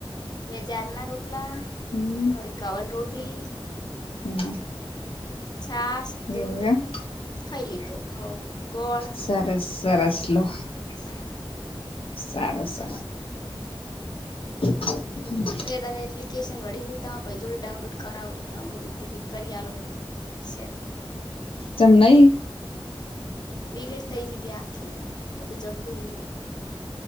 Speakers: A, on the left; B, on the left.
A: બે જારના રોટલા
B: હમ
A: થોડીક કવન રોટલી
B: <inaudible>
A: છાસ
B: <unintelligible>
A: દૂધ ખાઈ લીધું ગોળ
B: સરસ સરસ લો
A: હા
B: સારું સારું <inaudible>
A: મેં ત્યારે એપ્લિકેશન વડી હત તો આ ભાઈ જોડે ડાઉનલોડ કરાવું રહી હ એ રીતે કત કરી આલો હતું શેટીગ
B: ચમ નઈ
A: ડીલેટ થઈ ગઈ તી આખી બધું જતું રહ્યું હે